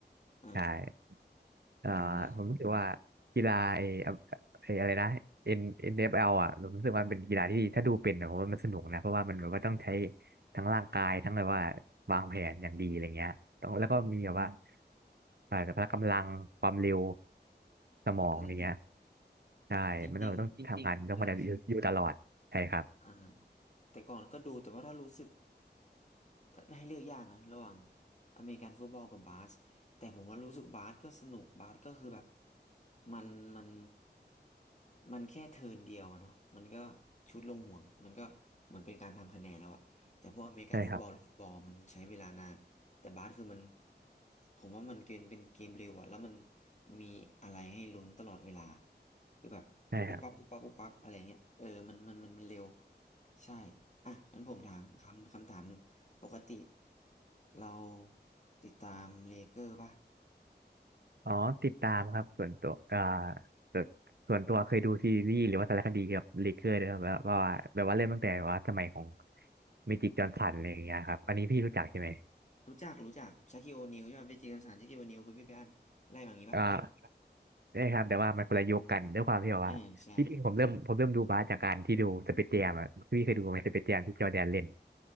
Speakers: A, on the left; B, on the right.
A: อืม
B: ใช่เอ่อผมรู้สึกว่า
A: อ่า
B: กีฬาไอ้อะไอ้อะไรนะ N NFL อนเอฟแอลอ่ะผมรู้สึกว่าเป็นกีฬาที่ถ้าดูเป็นนะผมว่ามันสนุกนะเพราะว่ามันแบบว่าต้องใช้ทั้งร่างกายทั้งแบบว่าวางแผนอย่างดีอะไรเงี้ยต้องแล้วก็มีแบบว่าเอ่อพละกำลังความเร็วสมองอย่างเงี้ย
A: อืม
B: ใช่มันต้องต้องทำงานต้องมาอยู่อยู่ตลอดใช่ครับ
A: จริงๆใช่ใช่ อ่าแต่ก่อนก็ดูแต่ว่าถ้ารู้สึกถ้าให้เลือกยากนะระหว่างอเมริกันฟุตบอลกับบาสแต่ผมว่ารู้สึกบาสก็สนุกบาสก็คือแบบมันมันมันแค่เทิร์นเดียวอะเนาะมันก็ชุดลงห่วงมันก็เหมือนเป็นการทำคะแนนแล้วอะแต่พวกอเมริกันฟุตบอลหรือฟุตบอลมันใช้เวลานานแต่บาสคือมัน
B: ใช่ครับ
A: ผมว่ามันเกมเป็นเกมเร็วอะแล้วมันมีอะไรให้ลุ้นตลอดเวลา คือแบบปุ๊บปั๊บปุ๊บปั๊บปุ๊บปั๊บอะไรเงี้ยเออมันมันมันมันเร็ว
B: ใช่ครับ
A: ใช่อ่ะงั้นผมถามคำคำถามหนึ่งปกติเราติดตามเลเกอร์ป่ะ
B: อ๋อติดตามครับส่วนตัวอ่าส่วนส่วนตัวเคยดูซีรีส์หรือว่าสารคดีเกี่ยวกับเลเกอร์ด้วยครับแบบว่าแบบว่าเริ่มตั้งแต่ว่าสมัยของเมจิกจอห์นสันอะไรอย่างเงี้ยครับอันนี้พี่รู้จักใช่ไหม
A: รู้จักรู้จักชาคิโอนิลใช่ไหมไปจีกันสารชาคิโอนิลคุณพี่ไปอ่านไล่มาอย่างงี้ป่ะ
B: อ่าใช่ครับแต่ว่ามันคนละยุคกันด้วยความที่แบบว่าที่จริงผมเริ่มผมเริ่มดูบาสจากการที่ดูสเปซแจมอ่ะพี่เคยดูไหมสเปซแจมที่จอร์แดนเล่น
A: อ่าใช่